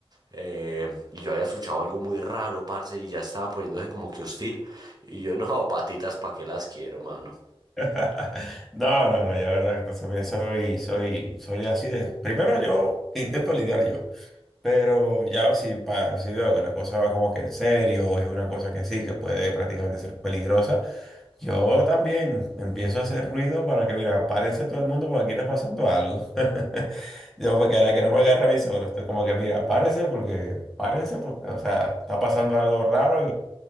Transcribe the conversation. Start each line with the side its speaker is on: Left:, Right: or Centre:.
Right: Eh, y yo había escuchado algo muy raro, parce, y ya estaba poniéndose como que hostil. Y yo, no, patitas, ¿para qué las quiero, mano?
Centre: <laughs> No, no, no, yo la verdad que también soy, soy, soy así de... Primero yo intento lidiar yo, pero ya si, pa- si veo que la cosa va como que en serio, es una cosa que sí, que puede prácticamente ser peligrosa, yo también empiezo a hacer ruido para que, mira, párense todo el mundo porque aquí está pasando algo. <laughs> Yo, porque ahora que no me agarre a mí solo, estoy como que, mira, párense porque, párense porque, o sea, está pasando algo raro